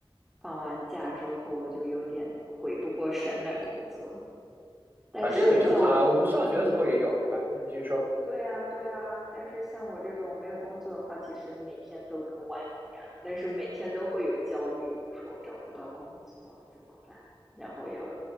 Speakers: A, in the centre; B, on the right.
A: 放完假之后就有点回不过神来工作。但是像我这种，
B: 啊，这个很正常啊，我们上学的时候也有，
A: 嗯，
B: 对吧？嗯，继续说。
A: 对啊，对啊，但是像我这种没有工作的话，其实每天都跟玩一样，但是每天都会有焦虑，比如说找不到工作怎么办，然后要